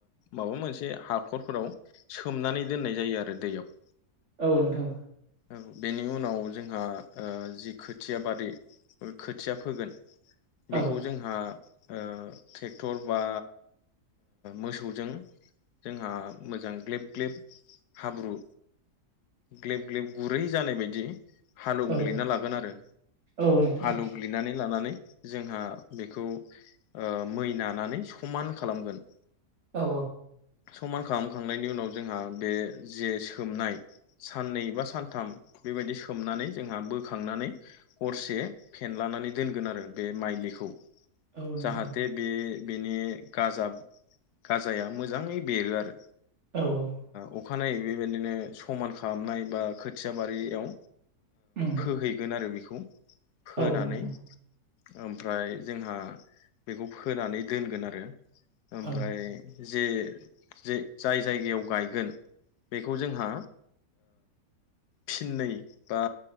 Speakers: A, on the left; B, on the right.
A: माबा मोनसे हाखरफोराव सोमनानै दोननाय जायो आरो दैयाव <inaudible>
B: औ नोंथां
A: औ बेनि उनाव जोंहा जि खोथिया बारि खोथिया फोगोन बेखौ
B: औ
A: जोंहा ट्रेक्टर बा मोसौजों जोंहा मोजां ग्लेब ग्लेब हाब्रु ग्लेब ग्लेब गुरै जानाय बायदि हालेवग्लिना
B: औ
A: लागोन आरो
B: औ नोंथां
A: हालेवग्लिनानै लानानै जोंहा बेखौ मै नानानै समान खालामगोन
B: औ
A: समान खालामखांनायनि उनाव जोंहा बे जे सोमनाय साननै बा सानथाम बेबायदि सोमनानै जोंहा बोखांनानै हरसे फेनलानानै दोनगोन आरो बे माइलिखौ
B: औ
A: जाहाथे
B: नोंथां
A: बे बेनि गाजाया मोजाङै बेरो आरो
B: औ औ
A: ओ अखानायै बेबायदिनो समान खालामनाय बा खोथिया बारियाव
B: उम
A: फोहैगोन आरो बेखौ फोनानै
B: औ नोंथां
A: ओमफ्राय जोंहा बेखौ फोनानै दोनगोन आरो ओमफ्राय
B: औ
A: जे जे जाय जायगायाव गायगोन बेखौ जोंहा फिननै बा